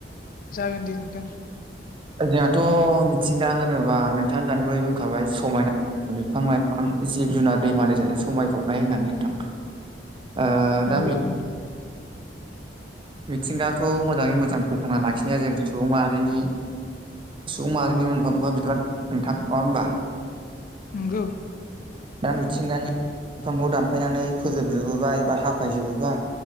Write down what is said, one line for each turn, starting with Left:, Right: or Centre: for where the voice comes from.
Left: जागोन दे नोंथां
Right: ओ जोंहाथ' मिथिंगा होनोबा नोंथाङा दानि बावै बुंखाबाय समायना बिफां लाइफां जिब जुनार दैमा दैसाजों समायफबनाय होननानै नोंथां
Left: <inaudible>
Right: ओ
Left: नंगौ
Right: दा <unintelligible>
Left: नोंथां
Right: मिथिंगाखौ मोजाङै मोजां फोथांना लाखिनाया जों सुबुं माहारिनि सुबुं माहारिनि मोनफा मोनफा बिबान नोंथां नङा होनबा
Left: नंगौ
Right: दा मिथिंगानि बिफांखौ दानफायनानै फोजोबजोबोबा एबा हाफायजोबोबा